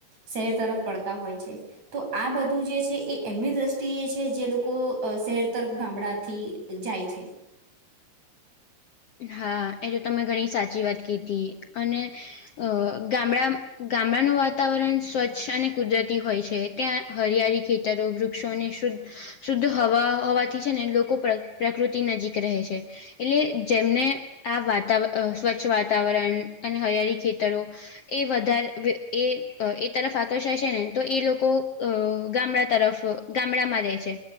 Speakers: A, on the right; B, on the left.
A: શહેર તરફ વળતા હોય છે. તો આ બધું જે છે એ એમની દ્રષ્ટિએ છે જે લોકો શહેર તરફ ગામડાથી જાય છે.
B: હા એ તો તમે ઘણી સાચી વાત કીધી અને અ ગામડા ગામડાનું વાતાવરણ સ્વચ્છ અને કુદરતી હોય છે. ત્યાં હરિયાળી, ખેતરો, વૃ વૃક્ષોને શુદ્ શુદ્ધ હવા હોવાથી છે ને લોકો પ્ર પ્રકૃતિ નજીક રહે છે. એટલે જેમને આ વાતા અ સ્વચ્છ વાતાવરણ અને હરિયાળી ખેતરો. એ વધારે એ એ તરફ આકર્ષાય છે ને તો એ લોકો અ ગામડા તરફ ગામડામાં રહે છે.